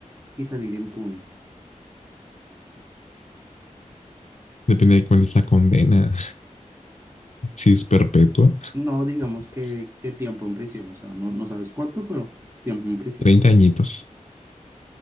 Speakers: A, on the right; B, on the left.
A: Y salir impune.
B: Depende de cuál es la condena, <laughs> si es perpetua.
A: No digamos que,
B: pues,
A: que tiempo en prisión, o sea, no, no sabes cuánto, pero tiempo en prisión.
B: 30 añitos.